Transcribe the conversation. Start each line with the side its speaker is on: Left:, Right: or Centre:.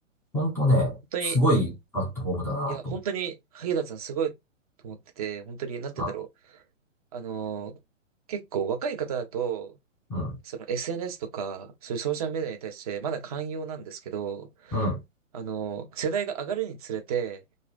Centre: 本当ね、
Right: 本当に
Centre: すごいプラットフォームだなと。
Right: いや、本当に、萩田さんすごいと思ってて、本当に、なんて言うんだろう。
Centre: あ、
Right: あのー結構若い方だと、
Centre: うん、
Right: その SNS とか、そういうソーシャルメディアに対してまだ寛容なんですけど、
Centre: うん、
Right: あのー世代が上がるにつれて、